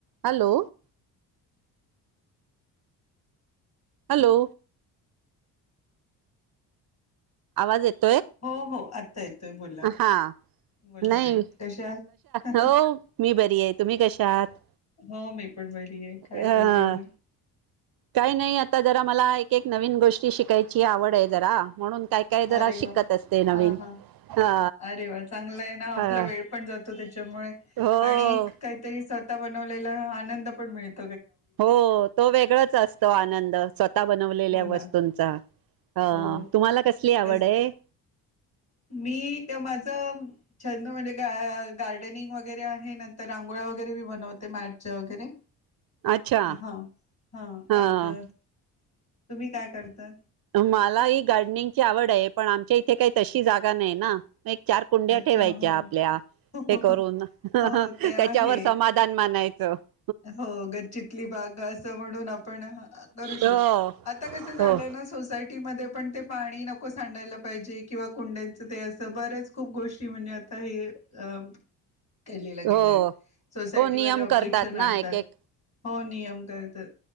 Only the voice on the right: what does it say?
Hello. Hello. आवाज येत.
हा
नाही
हो मी बरी आहे तुम्ही कशा आहात
अ
काही नाही आता जरा मला एक एक नवीन गोष्टी शिकायची आवड आहे जरा म्हणून काय काय जरा
शिकत
असते नवीन
हा
हा
हो
हो तो वेगळाच असतो आनंद स्वतः बनवलेल्या
वस्तूंचा. ह
तुम्हाला कसली
आवड आहे?
अच्छा
हा
मला ही गार्डनिंगची आवड आहे. पण आमच्या इथे काही तशी जागा नाही ना. चार कुंड्या
ठेवायच्या
आपल्या.
हे करून ह ह
त्याच्यावर समाधान मानायच. <unintelligible>
हो
हो
हो
हो नियम
करतात
ना एक एक